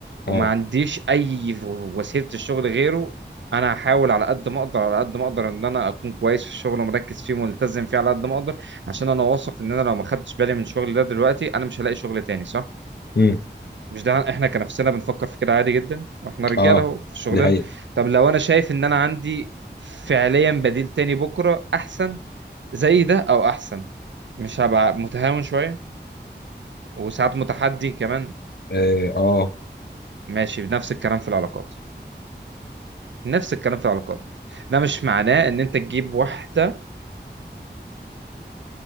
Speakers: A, on the left (about 65°); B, on the right (about 80°).
A: اه
B: وما عنديش أي وسيلة الشغل غيره أنا هحاول على قد ما أقدر على قد ما أقدر إن أنا أكون كويس في الشغل ومركز فيه وملتزم فيه على قد ما أقدر عشان أنا واثق إن أنا لو ما خدتش بالي من شغلي ده دلوقتي أنا مش هلاقي شغل تاني صح؟
A: مم.
B: مش ده احنا كنفسنا بنفكر في كده عادي جدا واحنا رجاله
A: اه
B: اهو في شغلنا
A: دي حقيقه
B: طب لو انا شايف ان انا عندي فعليا بديل تاني بكره احسن زي ده او احسن مش هبقى متهاون شويه وساعات متحدي كمان
A: اه اه
B: ماشي بنفس الكلام في العلاقات نفس الكلام في العلاقات ده مش معناه ان انت تجيب واحده